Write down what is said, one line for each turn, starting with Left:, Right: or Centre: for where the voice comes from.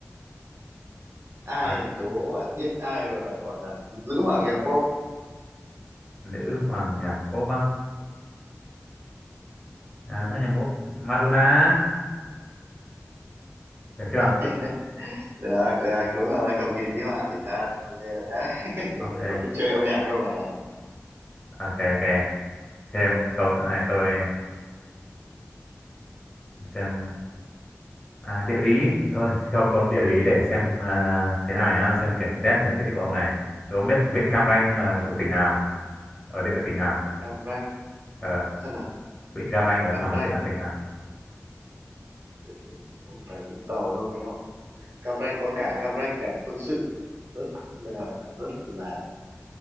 Right: ai
Left: đấy.
Right: đố bạn biết ai gọi là gọi là nữ hoàng nhạc pop
Left: nữ hoàng nhạc pop á à, nữ hoàng nhạc pop Madonna được chưa
Right: được được đúng rồi cầu kỳ thi họa đỉnh thật ok đấy
Left: ok
Right: <laughs> không biết chơi âm nhạc đâu bài đó
Left: ok ok thêm câu nữa này tôi xem à, địa lý thôi cho câu địa lý để xem à, thế nào nhá xem kiểm test kiến thức địa lý của ông này đố ông biết vịnh Cam Ranh à, thuộc tỉnh nào ở địa phận tỉnh nào
Right: Cam Ranh
Left: Ờ,
Right: sao nào
Left: vịnh Cam Ranh ở
Right: Cam
Left: nằm
Right: Ranh
Left: ở địa phận tỉnh nào
Right: từ từ, không phải Vũng Tàu đâu đúng không Cam Ranh có cảng Cam Ranh cảng quân sự rất là rất là